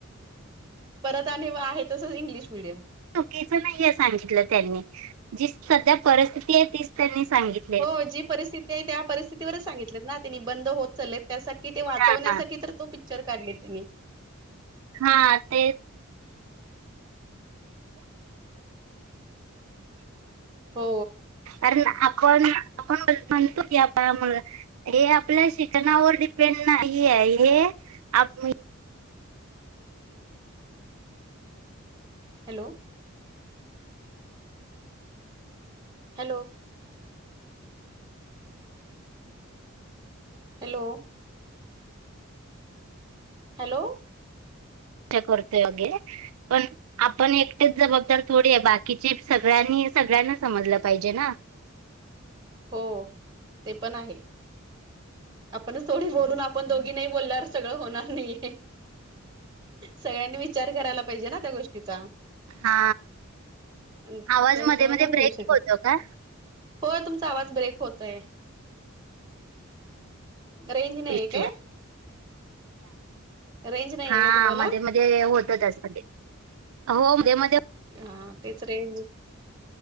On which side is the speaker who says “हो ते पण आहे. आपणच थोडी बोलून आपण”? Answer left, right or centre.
Right